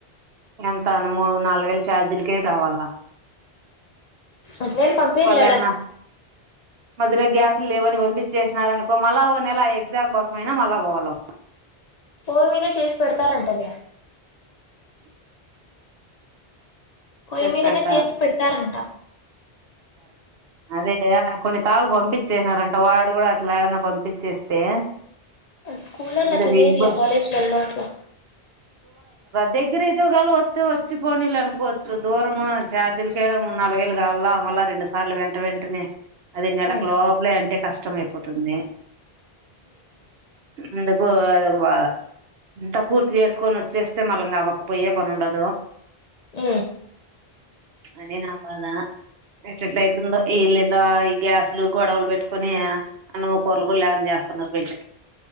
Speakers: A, on the right (about 70°); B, on the left (about 50°).
A: ఎంత అయినా మూడు నాలుగు వేలు ఛార్జీలకే కావాల
B: అట్లా ఏం పంపీయారూలే
A: వాళ్ళన్నా
B: యాడ
A: మధ్యలో గ్యాస్లు లేవని పంపించేసినారూ అనుకో మళ్ళా ఒక నెల ఆ ఎగ్జామ్ కోసం అయినా మళ్ళా పోవాల వాడు
B: ఫోన్ మీదే చేసి పెడతారంటలే పోయి
A: చేసి
B: మీదనే
A: పెడతారని
B: చేసి పెడతారంట
A: అదే కొన్ని తళలు పంపిం చ్చేసినారంట వాడు కూడా అట్లా ఏడనా పంపించేస్తే
B: స్కూల్ లా
A: అందరి
B: అట్లా చేరిలే
A: ఇబ్బ
B: కాలేజీ లల్లా అట్లా
A: దగీర అయితే ఏదోగాల వస్తే వచ్చి పోనీలే అనుకోవచ్చు దూరమ ఛార్జీలకే మూడు నాలు వేలు కాల మళ రెండు సార్లు వెంట వెంటనే అది నెలలకు
B: ఉమ్
A: లోపలే అంటే కష్టం అయిపోతుంది అందుకు అదోక బాధ అంతా పూర్తి చేసుకొని వచ్చేస్తే మళ్ళం కావ్వకపోయే పని ఉండదు
B: ఉ
A: అనే నా బాధ ఎట్ ఎట్ల అయితుందో ఈ ఇల్లుందో ఈ గ్యాసులు గొడవలు పెట్టుకొని అన్నం కూర్లు లే చేస్తున్నారు బిడ్డలాకి